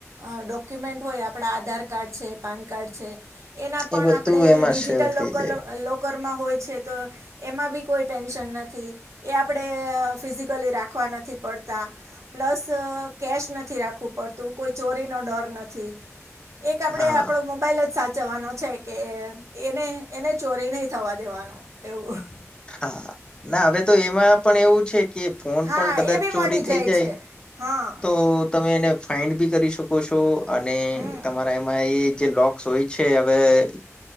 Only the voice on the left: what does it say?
એ બધું
એમાં
સેવ થઈ
જાય
હા
હા ના હવે તો એમાં પણ એવું છે કે ફોન
પણ કદાચ
ચોરી
થઈ જાય
તો તમે એને ફાાઈન્ડ બી કરી શકો છો અને
તમારા એમાં એ જે લોક્સ હોય છે હવે